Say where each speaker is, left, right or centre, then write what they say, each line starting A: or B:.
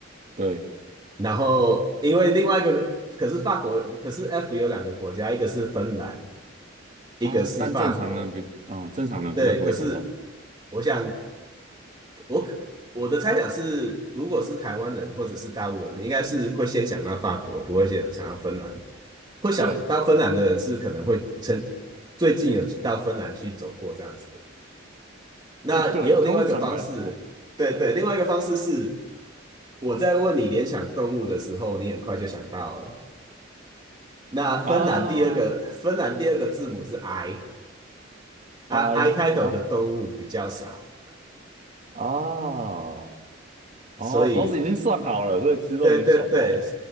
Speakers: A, on the right (about 40°); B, on the right (about 25°).
A: 对
B: 然后因为另外一个，可是法国，可是 F 有两个国家，一个是芬兰，一个是法国，
A: 啊，但正常人比啊、正常人比较不会想到。
B: 对，可是我想我我的猜想是，如果是台湾人或者是大陆人，应该是会先想到法国，不会先想到芬兰。会想到芬兰的人是可能会曾最近有到芬兰去走过这样子的。
A: 对，
B: 那也有另外一个方式，
A: 哎，对，通常来说
B: 对对，另外一个方式是我在问你联想动物的时候，你很快就想到了。那芬兰第二个芬兰第二个字母是
A: 啊，
B: I，啊
A: 哎啊
B: I 开头的动物比较少，
A: 啊哦，
B: 所以
A: 都是已经算好了，所以其实都已经算好了。
B: 对对对，